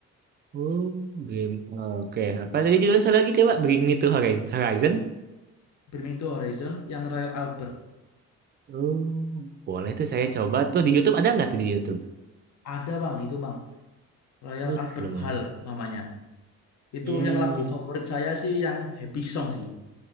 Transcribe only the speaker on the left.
Brimming to Horizon yang Royal Albert.
Ada, Bang, itu, Bang. Royal
Albert
Hall namanya. Itu
yang lagu favorit saya sih yang Happy Song sih.